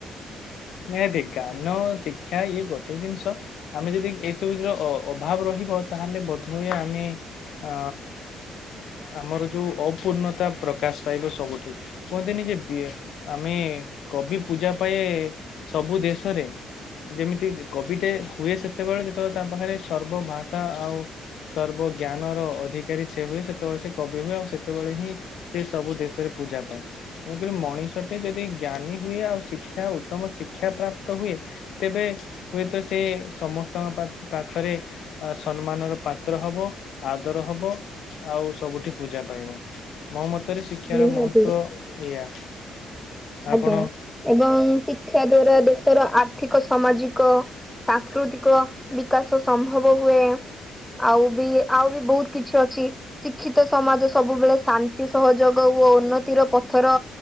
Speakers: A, on the left; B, in the centre.
A: ନିହାତି ଜ୍ଞାନ ଓ ଶିକ୍ଷା ଇଏ ଗୋଟେ ଜିନିଷ ଆମେ ଯଦି ଏସବୁର ଅଭାବ ରହିବ ତାହେଲେ ବୋଧହୁଏ ଆମେ ଆ ଆମର୍ ଯୋଉ ଅପୂର୍ଣତା ପ୍ରକାଶ ପାଇବ ସବୁଠି କୁହନ୍ତିନି କି ବେ ଆମେ କବି ପୂଜା ପାଏ ସବୁ ଦେଶରେ ଯେମିତି କବିଟେ ହୁଏ ସେତେବେଳେ ଯେତେବେଳେ ତା ପାଖରେ ସର୍ବ ଭାଷା ଆଉ ସର୍ବଜ୍ଞାନର ଅଧିକାରୀ ସେ ହୁଏ ସେତେବେଳେ ସେ କବି ହୁଏ ଆଉ ସେତେବେଳେ ହିଁ ସେ ସବୁ ଦେଶରେ ପୂଜା ପାଏ। ତେଣୁକରି ମଣିଷଟେ ଯଦି ଜ୍ଞାନୀ ହୁଏ ଆଉ ଶିକ୍ଷା ଉତ୍ତମ ଶିକ୍ଷା ପ୍ରାପ୍ତ ହୁଏ। ତେବେ ହୁଏତ ସେ ସମସ୍ତଙ୍କ ପା ପାଖରେ ସମ୍ମାନର ପାତ୍ର ହବ ଆଦର ହବ। ଆଉ ସବୁଠି ପୂଜା ପାଇବ। ମୋ ମତରେ ଶିକ୍ଷାର
B: ନିହାତି।
A: ମହତ୍ଵ ଏଇଆ। ଆପଣ
B: ଆଜ୍ଞା ଏବଂ ଶିକ୍ଷା ଦ୍ଵାରା ଦେଶର ଆର୍ଥି କ ସାମାଜିକ ସାଂସ୍କୃତିକ ବିକାଶ ସମ୍ଭବ ହୁଏ। ଆଉ ବି ଆଉ ବି ବହୁତ୍ କିଛି ଅଛି ଶିକ୍ଷିତ ସମାଜ ସବୁବେଳେ ଶାନ୍ତି ସହଯୋଗ ଓ ଉନ୍ନତିର ପଥର